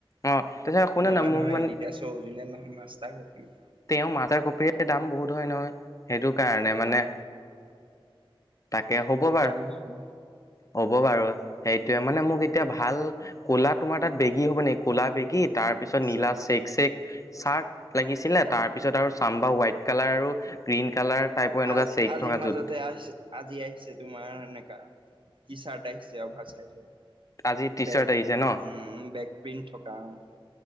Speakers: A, on the left; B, on the right.
A: অ তাৰপিছত শুনা
B: নহয়
A: না মোক
B: নহয়
A: মানে
B: এডিডাছৰ অৰিজিনেল নহয় মাষ্টাৰ কপি।
A: তেওঁ মাদাৰ কপিৰে দাম বহুত হয় নহয়! সেইটো কাৰণে
B: এ,
A: মানে, তাকে হ'ব বাৰু।
B: এ, হ'ব।
A: হ'ব বাৰু, সেইটোয়ে, মানে মোক এতিয়া ভাল ক'লা তোমাৰ তাত বেগী হ'ব নেকি? ক'লা বেগীত তাৰপিছত
B: আছে
A: নীলা
B: আছে।
A: চেক চেক চাৰ্ট লাগিছিলে, তাৰপিছত আৰু চাম্বা হোৱাইট কালাৰ আৰু গ্ৰীণ কালাৰ টাইপৰ এনেকুৱা
B: আজ
A: চেক
B: আজিৰ
A: থকা
B: মাজতে
A: য'ত
B: আহিছে, আজি আহিছে তোমাৰ এনেকা। টি চাৰ্ট আহিছে অভাৰ চাইজৰ,
A: আজি টি
B: বেক
A: চাৰ্ট আহিছে ন
B: উম বেক প্ৰিন্ট থকা অ'।